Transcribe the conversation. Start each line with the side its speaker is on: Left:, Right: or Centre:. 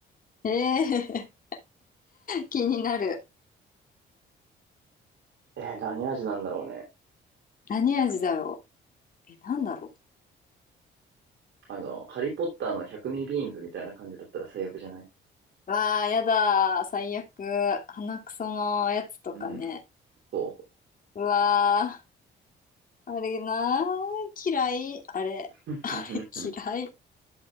Left: え、えー <laughs> 気になる。
Right: えー、何味なんだろうね。
Left: 何味だろう。え、なんだろう。
Right: あの、ハリーポッターの百味ビーンズみたいな感じだったら最悪じゃない
Left: わあ、やだー。最悪。鼻くそのやつとかね。
Right: うん、そう。
Left: うわあ、あれなー。嫌い。あれ。
Right: <laughs>
Left: <laughs> 嫌い。